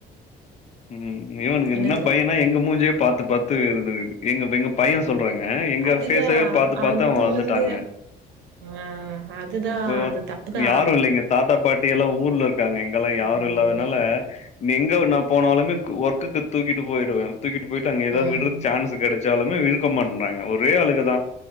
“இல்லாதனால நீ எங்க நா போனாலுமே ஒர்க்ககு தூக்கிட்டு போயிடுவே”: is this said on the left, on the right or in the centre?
Left